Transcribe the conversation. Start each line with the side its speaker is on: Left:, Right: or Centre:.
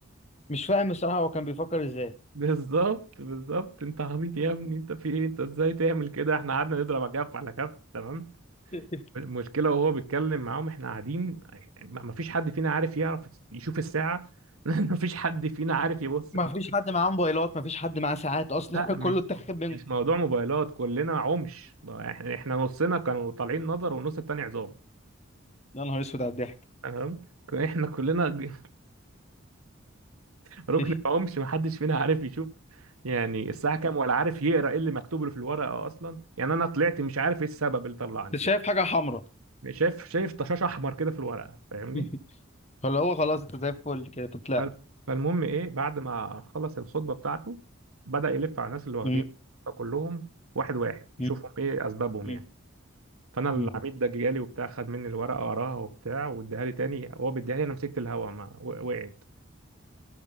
Left: مش فاهم الصراحة هو كان بيفكر ازاي
Right: بالظبط بالظبط انت عبيط يا ابني انت في ايه انت ازاي تعمل كده احنا قعدنا نضرب على كف على كف تمام
Left: <laughs>
Right: المشكله وهو بيتكلم معاهم احنا قاعدين ما ما فيش حد فينا عارف يعرف يشوف الساعه <laughs> لان ما فيش حد فينا عارف يبص
Left: ما
Right: في الساعه
Left: فيش حد معاه موبايلات ما فيش حد معاه ساعات اصلا
Right: لا
Left: <laughs> كله
Right: مش
Left: اتاخد منه
Right: مش موضوع موبايلات كلنا عمش احنا احنا نصنا كانوا طالعين نظر والنص التاني عظام
Left: يا نهار اسود على الضحك
Right: تمام <laughs> احنا كلنا ج- <laughs> ركن
Left: <laughs>
Right: عمش ما حدش فينا عارف يشوف يعني الساعة كام ولا عارف يقرأ ايه اللي مكتوب له في الورقة أصلا يعني أنا طلعت مش عارف ايه السبب اللي طلعني
Left: انت شايف حاجة حمراء
Right: شايف شايف طشاش احمر كده في الورقه فاهمني
Left: <laughs> فاللي هو خلاص انت زي الفل كده تطلع
Right: فال- فالمهم ايه بعد ما خلص الخطبه بتاعته بدا يلف على الناس اللي واخدين
Left: مم،
Right: فكلهم واحد واحد يشوفهم
Left: مم،
Right: ايه اسبابهم
Left: مم،
Right: يعني فانا
Left: مم.
Right: العميد ده جالي وبتاع خد مني الورقه قراها وبتاع واداها لي تاني هو بيديها لي انا مسكت الهوا ما و- وقعت